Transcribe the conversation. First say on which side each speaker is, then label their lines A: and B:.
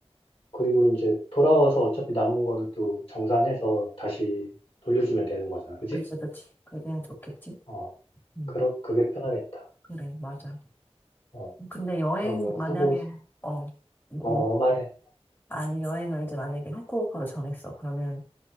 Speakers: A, on the left; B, on the left.
A: 그리고 이제 돌아와서 어차피 남은 거는 또 정산해서 다시 돌려주면 되는 거잖아. 그지?
B: 그치, 그치. 그게 좋겠지?
A: 어,
B: 음,
A: 그러, 그게 편하겠다.
B: 그래, 맞아.
A: 어,
B: 근데 여행,
A: 그러면
B: 만약에,
A: 후보,
B: 어, 뭐,
A: 어,
B: 뭐?
A: 말해.
B: 아니, 여행을 이제 만약에 후쿠오카로 정했어. 그러면